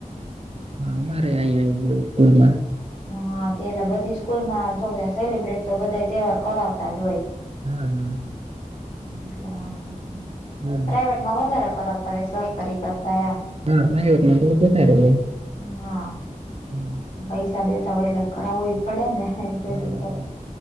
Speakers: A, on the right; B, on the left.
A: હા મારે અહીં આવું હોય સ્કૂલમાં.
B: હા તે એટલે બધી સ્કૂલ માં જોકે સેલિબ્રેટ તો બધા તહેવાર કરાવતા જ હોય.
A: હા હા.
B: એટલે વાંધો ન‌ઇ
A: હા.
B: પ્રાઈવેટ માં વધારે કરાવતા હોય સર. કરી કરતા યા
A: હા ભયોત <inaudible> તોડું ક થારું
B: હા.
A: હમ. <unintelligible>
B: પૈસા દેતા હોય એટલે કરાવો પડે ને એ પસી
A: હા,
B: તો
A: હા, હા,